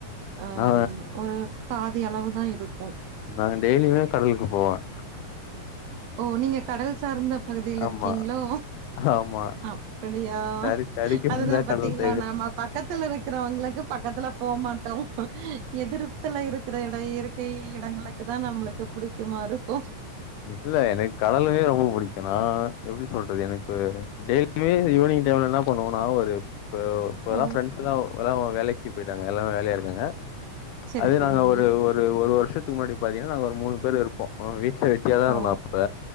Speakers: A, on the right; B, on the left.
A: ஆ
B: நா
A: ஒரு பாதி அளவு தான் இருக்கும்
B: நான்னு டெய்லியுமே கடலுக்கு போவேன்
A: ஓ நீங்க கடல் சார்ந்த பகுதியில
B: ஆமா
A: இருக்கீங்களோ
B: ஆமா
A: அப்படியா
B: தறி தறிக்கு
A: அதுதான்
B: கடல்
A: பாத்தீங்களா
B: தேவை
A: நாம பக்கத்துல இருக்கிறவங்களுக்கு பக்கத்துல போமாட்டோம் எதிர்ப்த்துல இருக்கிற இட இயற்கை இடங்களுக் இதான் நம்மளுக் புடிக்குமா இருக்கும்
B: இல்ல எனக்கு கடலுமே ரொம்ப புடிக் ஏனா எப்படி சொல்றது எனக்கு டெய்லியுமே ஈவினிங் டைம்ல என்ன பண்ணுவோம்னா ஒரு இப்ப இப்ப
A: ஓ!
B: எல்லாம் ஃப்ரெண்ட்ஸ்லாம் எலாம் வேலைக்கு போய்ட்டாங்க எல்லாமே வேலையா இருக்காங்க
A: சரி,
B: அதே
A: சரிங்க.
B: நாங்க ஒரு ஒரு ஒரு வரு ஷத்துக்கு முன்னாடி பாத்தீங்கங்கனா ஒரு மூணு பேரு இருப்போம் வெட்டியா தான்
A: ஓ!
B: இருந்தோம் அப்ப